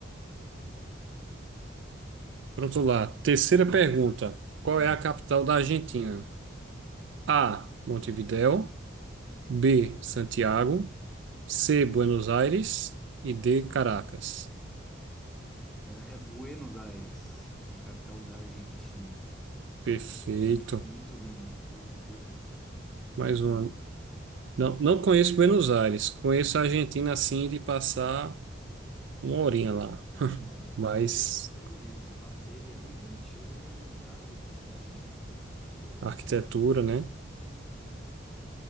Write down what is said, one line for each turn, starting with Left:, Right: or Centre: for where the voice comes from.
Right: Pronto lá. Terceira pergunta. Qual
Centre: Hum,
Right: é a capital da Argentina? A. Montevideo.
Centre: hum.
Right: B. Santiago. C. Buenos Aires. E D. Caracas.
Centre: É, é Buenos Aires, é a capital da Argentina.
Right: Perfeito.
Centre: Muito, muito lindo, porventura.
Right: Mais
Centre: Muito bonito
Right: uma.
Centre: capital.
Right: Não, não conheço Buenos Aires. Conheço a Argentina assim de passar uma horinha lá.
Centre: Morinha
Right: Mas
Centre: lá é bem, bem bonito. Você passeia, bem bonitinho, bem organizado, cidade limpa, pelo que
Right: arquitetura,
Centre: eu vi.
Right: né?
Centre: Uhum.